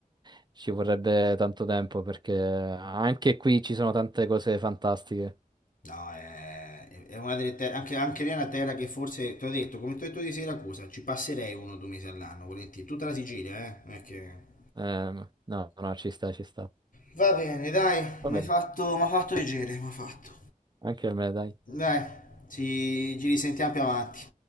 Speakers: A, on the right; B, on the left.
A: <laughs> ci vorrebbe tanto tempo perché anche qui ci sono tante cose fantastiche.
B: No, è, è una delle terre, anche, anche lì è una terra che forse, ti ho detto, come ti ho detto di Siracusa, ci passerei uno o due mesi all'anno, volentieri. Tutta la Sicilia, eh? Non è che...
A: Ehm, no, no, ci sta, ci sta.
B: Va bene, dai,
A: Va
B: mi
A: bene.
B: hai fatto, m'ha fatto piacere, mi ha fatto.
A: Anche a me, dai.
B: Dai, ci, ci risentiamo più avanti.